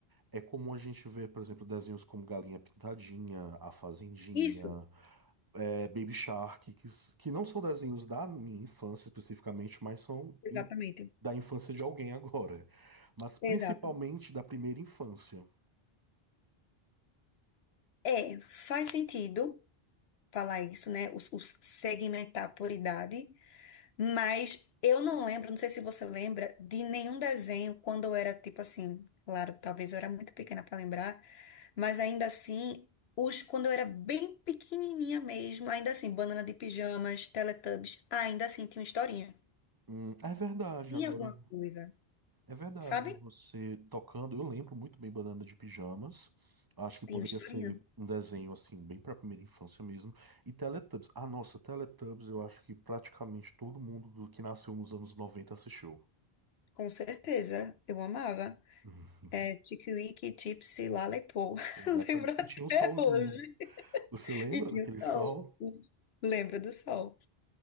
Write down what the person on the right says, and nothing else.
é comum a gente ver, por exemplo, desenhos como Galinha Pintadinha, A Fazendinha,
é, Baby Shark, que, s- que não são desenhos da minha infância especificamente, mas são
in- da infância de alguém agora, mas principalmente
da primeira infância.
Hum, é verdade,
agora.
É verdade,
você tocando, eu lembro muito bem Banana de Pijamas. Acho que
poderia
ser um desenho assim, bem para a primeira infância mesmo. E Teletubbies. Ah, nossa, Teletubbies, eu acho que praticamente todo mundo do que nasceu nos anos noventa assistiu. <laughs>
Uhum.
Exatamente.
E tinha um solzinho.
Você lembra
daquele
sol?